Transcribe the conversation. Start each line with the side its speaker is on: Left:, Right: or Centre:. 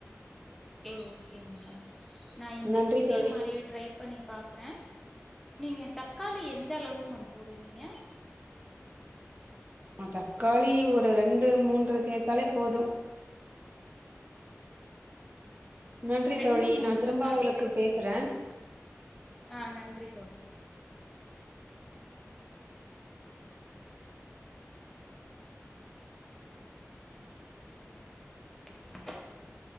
Centre: ஓ ஓகே மேடம் நா இன்னைக்கு
Right: நன்றி
Centre: இதே
Right: தோழி
Centre: மாரியே ட்ரை பண்ணி பாக்குறே நீங்க தக்காளி எந்த அளவு மேம் போடுவீங்க
Right: ஆ தக்காளி ஒரு ரெண்டு மூன்று தேதாலே போது நன்றி
Centre: ரெண்டு
Right: தோழி
Centre: மூணு
Right: நா திரும்ப
Centre: தக்காளி
Right: உங்களுக்கு
Centre: சேப்பீங்கா
Right: பேசுறே
Centre: ஆ நன்றி தோழி <inaudible>